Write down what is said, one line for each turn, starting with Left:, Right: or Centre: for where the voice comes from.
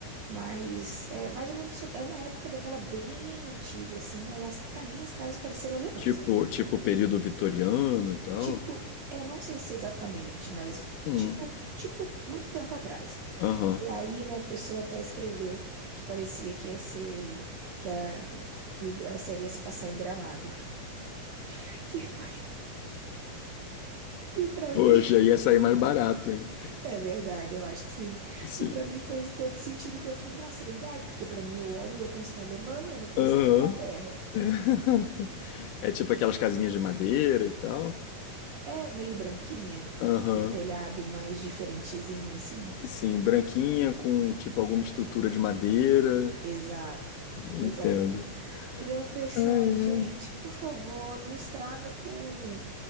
Right: Mas é mais ou menos sobre- é uma época daquela bem antiga, assim. Aí as, para mim as casas pareceram alemãs.
Left: Tipo, tipo período vitoriano e tal.
Right: Tipo, é, não sei se exatamente, mas
Left: Hum.
Right: tipo, tipo muito tempo atrás.
Left: Aham.
Right: E aí uma pessoa até escreveu que parecia que ia ser que a que a série ia se passar em Gramado, <laughs> que foi que pra
Left: Poxa,
Right: mim
Left: ia sair mais barato, hein?
Right: é verdade, eu acho que sim.
Left: esse
Right: E pra mim fez todo sentido que eu falei, nossa, é verdade, porque pra mim eu olho e eu penso na Alemanha, eu não penso
Left: Aham.
Right: na Inglaterra.
Left: <laughs> É tipo aquelas casinhas de madeira e tal.
Right: É meio branquinha,
Left: Aham.
Right: com um telhado mais diferentezinho assim.
Left: Sim, branquinha com tipo alguma estrutura de madeira.
Right: Exato,
Left: Entendo.
Right: exato. E daí eu falei assim,
Left: Ai,
Right: ai, gente,
Left: ai.
Right: por favor, não estraga com,